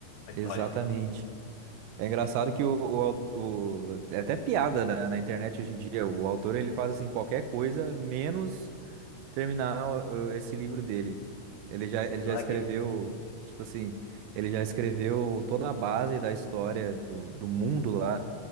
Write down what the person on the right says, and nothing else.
exatamente. É engraçado que o, o, au- o- é até piada na, na internet hoje em dia. O autor ele faz assim qualquer coisa menos terminar uh, esse livro dele. Ele já,
ele
já escreveu,
tipo assim, ele já escreveu toda a base da história do, do mundo lá,